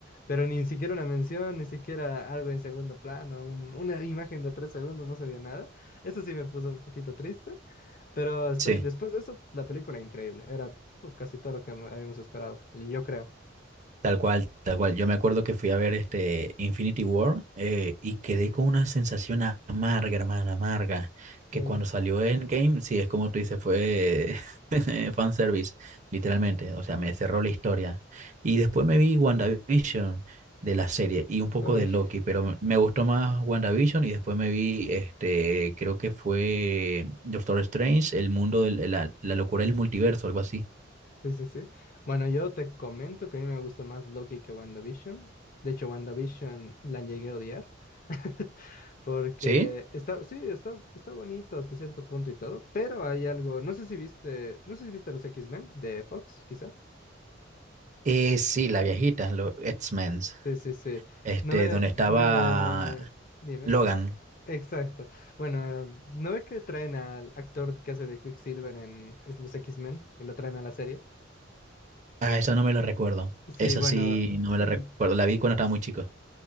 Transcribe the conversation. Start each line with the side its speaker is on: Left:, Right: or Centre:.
Left: pero ni siquiera una mención, ni siquiera algo en segundo plano, un- una imagen de tres segundos, no se vio nada. Eso sí me puso un poquito triste. Pero estoy,
Right: sí.
Left: después de eso, la película increíble. Era uf, casi todo lo que hab- habíamos esperado, y yo creo.
Right: Tal cual, tal cual. Yo me acuerdo que fui a ver este Infinity War eh, y quedé con una sensación a- amarga, hermana, amarga, que
Left: Uh,
Right: cuando salió Endgame, sí, es como tú dices, fue <laughs> fanservice, literalmente. O sea, me cerró la historia. Y después me vi WandaVision de la serie y un poco
Left: uy,
Right: de Loki, pero me me gustó más WandaVision y después me vi, este, creo que fue Doctor Strange, el mundo, de la, la locura del multiverso, algo así.
Left: sí, sí, sí. Bueno, yo te comento que a mí me gustó más Loki que WandaVision. De hecho, WandaVision la llegué a odiar. <laughs> Porque
Right: ¿Sí?
Left: está, sí, está, está bonito hasta cierto punto y todo, pero hay algo, no sé si viste, no sé si viste los X-Men de Fox, quizá.
Right: Eh, sí, la viejita, los X-Men.
Left: Sí, sí, sí.
Right: Este,
Left: No ve,
Right: donde estaba
Left: ve- Dime,
Right: Logan.
Left: dime. Exacto. Bueno, ¿no ve que traen al actor que hace de Quicksilver en es- los X-Men y lo traen a la serie?
Right: Ah, esa no me la recuerdo.
Left: Sí,
Right: Esa
Left: bueno.
Right: sí no me
Left: l-
Right: la recuerdo. La vi cuando estaba muy chico.